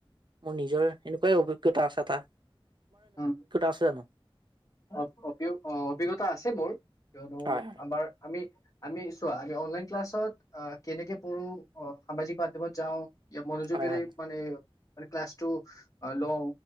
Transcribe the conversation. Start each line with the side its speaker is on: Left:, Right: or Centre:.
Right: মোৰ নিজৰ এনেকুৱাই অ ভিজ্ঞতা আছে এটা
Left: উ
Right: আছে জানো?
Left: অ অভি অভিজ্ঞ তা আছে মোৰ কিয়নো
Right: হয়
Left: আমাৰ আমি আমি চোৱা আমি অনলাইন ক্লাছত কেনেকে পঢ়ো অ সামাজিক মাধ্যমত যাওঁ ই মনোযোগেৰে
Right: হয় হয় হয়
Left: মানে মানে ক্লাছ টু লওঁ।